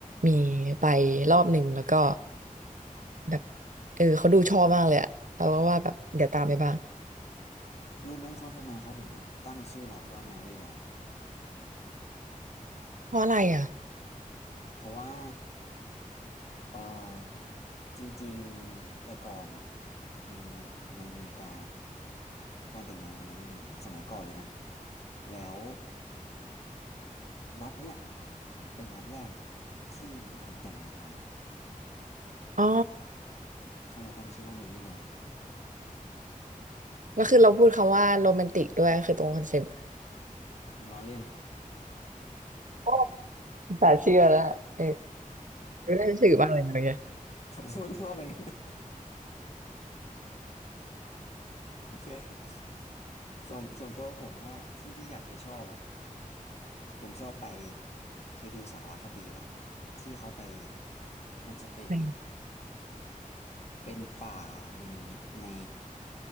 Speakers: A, on the right (about 65°); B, on the left (about 50°).
A: มีไปรอบหนึ่งแล้วก็แบบเออเขาดูชอบมากเลยอะเราก็ว่าแบบเดี๋ยวตามไปบ้าง
B: รู้ไหมเขาทำไมเขาถึงตั้งชื่อรัฐว่าแมริแลนด์
A: เพราะอะไรอ่ะ
B: เพราะว่าเออจริงๆแต่ก่อนอะในในอเมริกาการแต่งงานมันยังไม่มีสมัยก่อนเลยนะแล้วรัฐเนี่ยเป็นรัฐแรกที่มีคนแต่งงานกัน
A: อ๋อ
B: เขาเลยตั้งชื่อว่าแมรี่แลนด์
A: แล้วคือเราพูดคำว่าโรแมนติกด้วยคือตรงคอนเซ็ปต์
B: ผมล้อเล่น
A: โอ้สาเชื่อแล้วเออรู้ได้สื่อมากเลยนะเมื่อกี้
B: <laughs> ผมพูดมั่วไปงั้นโอเคส่วนส่วนตัวผมอะที่ที่อยากไปชอบอะผมชอบไปเคยดูสารคดีปะที่เขาไปมันจะเป็น
A: ใช่
B: เป็นป่าในเมใน